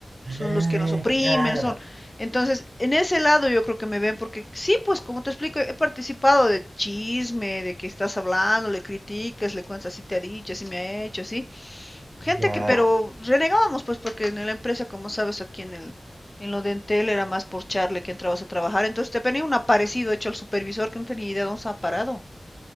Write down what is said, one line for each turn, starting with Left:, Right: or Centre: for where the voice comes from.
Left: son
Right: ah,
Left: los que nos oprimen
Right: claro,
Left: son entonces en ese lado yo creo que me ven porque sí pues como te explico he participado de chisme de que estás hablando le criticas le cuentas así te ha dicho así me ha hecho así Gente
Right: ya,
Left: que, pero renegábamos, pues, porque en la empresa, como sabes, aquí en el, en lo de Entel era más por charle que entrabas a trabajar. Entonces te venía un aparecido hecho al supervisor que no tenía idea de dónde estaba parado.